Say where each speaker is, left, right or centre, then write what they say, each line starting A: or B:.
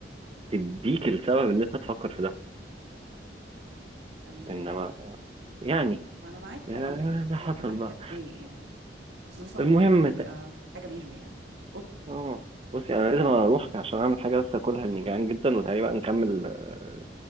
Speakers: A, on the right; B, on the right.
A: تديك السبب ان انت تفكر في ده
B: تمام
A: انما آه، يعني
B: ما انا معاك طبعا
A: آه، ده حصل
B: هي بتبقى حاجه
A: بقى
B: تضايق يعني خصوصا
A: المهم
B: لما تبقى
A: ت...
B: حاجه ميجور يعني قولي
A: اه بصي انا لازم اروح عشان اعمل حاجة بس اكلها لاني جعان جدا وتعالي بقى نكمل آه،